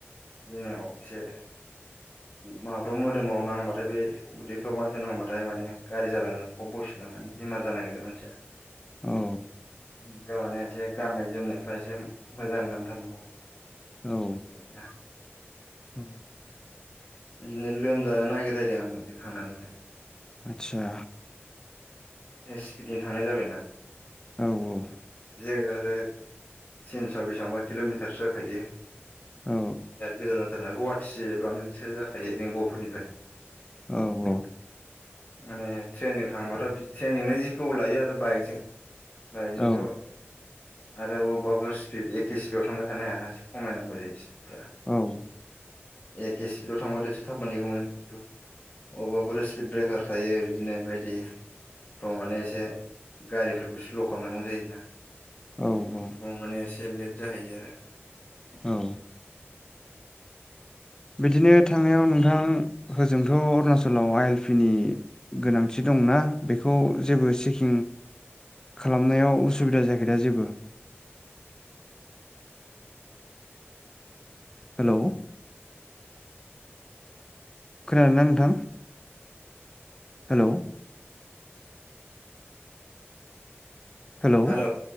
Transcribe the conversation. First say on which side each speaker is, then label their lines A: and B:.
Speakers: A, on the left (about 45°); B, on the left (about 15°).
A: <unintelligible> एसे माबाफ्राव मोदोमाव नांबाथाय बे उदैफ्राव मानसिनाव नांबाथाय माने गाज्रि जालाङो खब बस्थु बेमार जानो नागिरो मानसिया
B: औ
A: <unintelligible> एसे गाननाय जोमनायफ्रा एसे मोजां गानथारनांगौ
B: औ
A: आ
B: औ
A: बिदिनो लोमजानो नागिरलायदों आं थांनानैहाय
B: आतसा
A: ए स्पिडनो थांनाय जाबायना
B: औ औ
A: जायग आरो थिनस बेसेबांबा किल'मिटारसो जाखायो
B: औ
A: बिराद गोजान जाथारनाा गुवाहाटि बांद्रसो जाखायो जोंनि गहफुरनिफ्राय
B: औ औ
A: माने ट्रेनजों थांबाथ ट्रेनिजोंनो जि गोबाव लायो आरो बाइकजों बाइकजोंथ
B: औ
A: आरो अबेबाफोर स्पिड एखे स्पिडाव थांबाय थानो हायाना खमायनांगौ जायो स्पिडफ्रा
B: औ
A: एखे स्पिडव थांबाथाय एससे थाब मानहैगौमोन खिनथु अबावबाफोर स्पिड ब्रेकार थायो बिदिनो बायदि माने एसे गारिफोरखौ स्ल खालामनांगौ जायोना
B: औ औ
A: माने एसे लेट जाहैयो आरो
B: औ बिदिनो थांनायाव नोंथां होजोंथ अरुणाचलाव आइ एल पि नि गोनांथि दं दंना बेखौ जेबो चकिं खालामनायाव उसुबिदा जायाखैदा जेबो हेल खोनादों ना नोंथां हेल हेलौ
A: हेल